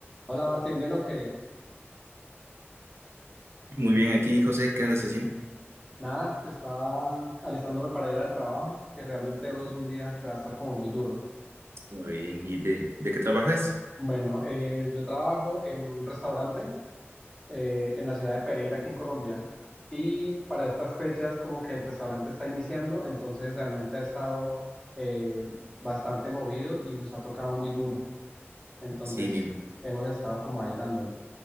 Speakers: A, on the left; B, on the right.
A: Hola Martín, bien o qué?
B: Muy bien, aquí José, ¿qué andas haciendo?
A: Nada, estaba alistándome para ir al trabajo porque realmente hoy es un día que va a estar como muy duro.
B: Muy bien, ¿y de, de qué trabajas?
A: Bueno, eh, yo trabajo en un restaurante eh, en la ciudad de Pereira, aquí en Colombia, y para estas fechas como que el restaurante está iniciando, entonces realmente ha estado eh, bastante movido y nos ha tocado muy duro. Entonces
B: Sí, me, ima-
A: hemos estado como ahí dándole.